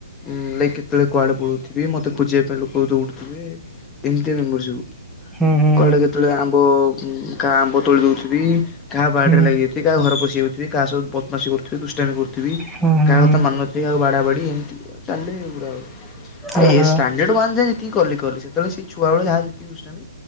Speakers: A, on the left; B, in the centre.
A: ଉଁ, ଲାଇକ୍ କେତେବେଳେ କୁଆଡ଼େ ପଳ଼ଉଥିବି। ମୋତେ ଖୋଜିବା ପାଇଁ ଲୋକ ଦୌଡ଼ୁଥିବେ। ଏମିତିଆ ମେମୋରି ସବୁ।
B: ହୁଁ, ହୁଁ।
A: କୁଆଡେ କେତେଳେ ଆମ୍ବ ଉଁ, କା ଆମ୍ବ ତୋଳି ଦଉଥିବି। କାହା ବାଡ଼ି
B: ହୁଁ
A: ରେ ଲାଗିଯାଇଥିବି। କା ଘର ପଶି ଯାଉ ଥିବି। କାହା ସହ ବଦମାସୀ କରୁଥିବେ। ଦୁଷ୍ଟାମି କରୁଥିବି।
B: ହୁଁ ହୁଁ
A: କା
B: ହୁଁ
A: କଥା
B: ହୁଁ
A: ମାନୁନଥିବି। ଆଉ ବାଡା ବାଡ଼ି ହେମତି ଚାଲେ ପୁରା ଆଉ। ଏ
B: ଓହୋ
A: ଷ୍ଟାଣ୍ଡାର୍ଡ ୱନ ଯାଏ ଯେତିକି କଲି କଲି ସେତେବେଳେ ସେ ଛୁଆବେଳେ ଯାହା ଯେତିକି ଦୁଷ୍ଟାମୀ